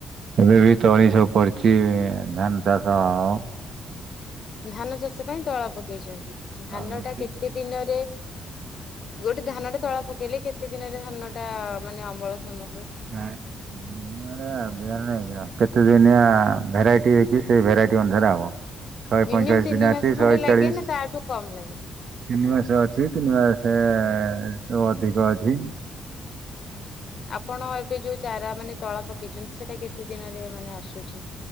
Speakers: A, on the right (about 55°); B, on the left (about 45°).
A: ଏବେ ବି ତଳି ସବୁ ପଡିଛି ଧାନ ଚାଷ ଆ ଉ
B: ଧାନ ଚାଷ ପାଇଁ ତଳା ପକେଇଛନ୍ତି ଧାନ
A: କରୁଛି
B: ଟା କେତେ ଦିନରେ ଗୋଟେ ଧାନଟା ତଳା ପକେଇଲେ କେତେ ଦିନରେ ଧାନ ଟା ମାନେ ଅମଳ କ୍ଷମ ହୁଏ?
A: ହଁ ଆମର ସାତ ନେଇକି କେତେ ଦିନିଆ ଭେରାଇଟି ହେଇଛି ସେଇ ଭେରାଇଟି ଅନୁସାରେ ହେବ। ଶହେ
B: ମିନିମମ୍
A: ପଇଁଚାଳିଶ
B: ତିନି
A: ଦିନିଆ
B: ମାସ
A: ଅଛି
B: ଖଣ୍ଡେ
A: ଶହେ
B: ଲାଗେ
A: ଚାଳିଶ।
B: ନା ତାଠୁ କମ ଲାଗେ?
A: ତିନି ମାସ ଅଛି ତିନି ମାସରୁ ଅଧିକ ଅଛି।
B: ହୁଁ ହୁଁ ଆପଣ ଏବେ ଯୋଉ ଚାରା ମାନେ ତଳ ପକେଇଛନ୍ତି। ସେଇଟା କେତେ ଦିନରେ ମାନେ ଆସୁଛି?